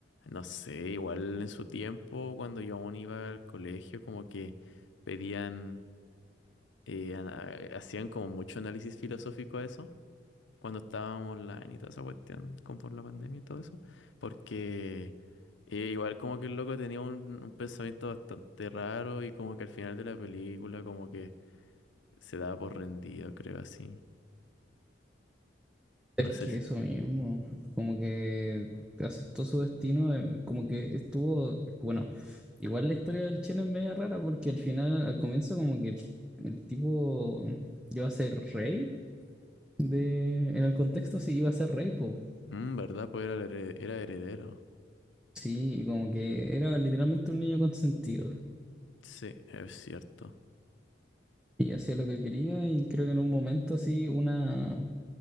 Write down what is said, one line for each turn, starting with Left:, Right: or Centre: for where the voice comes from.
Left: no sé, igual en su tiempo, cuando yo aún iba al colegio, como que pedían, eh, ana- hacían como mucho análisis filosófico a eso, cuando estábamos online y toda esa cuestión, como por la pandemia y todo eso, porque eh, igual como que el loco tenía un, un pensamiento bastante raro y como que al final de la película como que se daba por rendido, creo así.
Centre: Es
Left: No sé.
Centre: que eso mismo, como que aceptó su destino, eh, como que estuvo, bueno, igual la historia del Chen es media rara porque al final, al comienzo como que el, el tipo iba a ser rey de, en el contexto sí iba a ser rey, po.
Left: Mm, ¿verdad? Pues era, el hered- era heredero.
Centre: Sí, y como que era literalmente un niño consentido
Left: Sí, es cierto.
Centre: y hacía lo que quería y creo que en un momento así una,